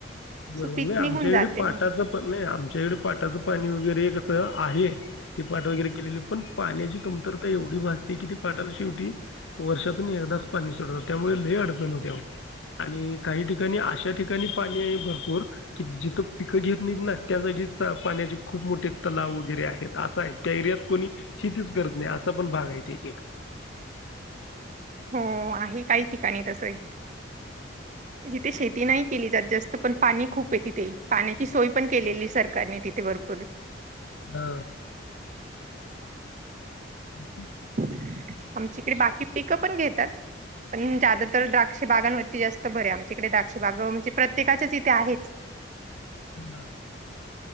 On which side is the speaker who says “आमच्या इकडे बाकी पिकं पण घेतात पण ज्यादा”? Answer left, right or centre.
Right